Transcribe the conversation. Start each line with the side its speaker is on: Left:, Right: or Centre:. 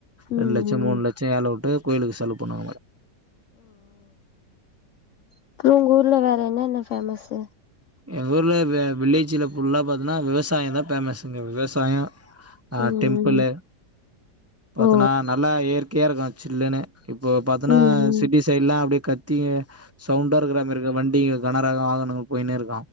Left: ஓ ம்
Right: ரெண் லட்சம்
Left: ம்
Right: மூணு லட்ச ஏலவுட்டு கோ சொல்ல போணா
Left: அப்புறம் உங்க ஊர்ல வேற என்ன என்ன்ன பேஃமசு
Right: எங்க ஊர்ல வில்லேஜ்ல ஃபுல்லா பாத்தன்னா விவசாயம் தா ஃபேமஸ் விவசாயம் ஆஹ்
Left: ம்
Right: டெம்பிள்
Left: ம்
Right: பாத்தன்னா
Left: ஓ
Right: நல்லா இயற்கையா இருக் சில்லுனு இப்போ பாத்தன்னா
Left: ஓ ம் ம்
Right: சிட்டி சைடுல்லாம் அப்படி தி சவுண்டா இருக்கிறா மாரி இருக்கு வண்டிங்க கனரக வாகனங்கள் போய் நே இருக்கு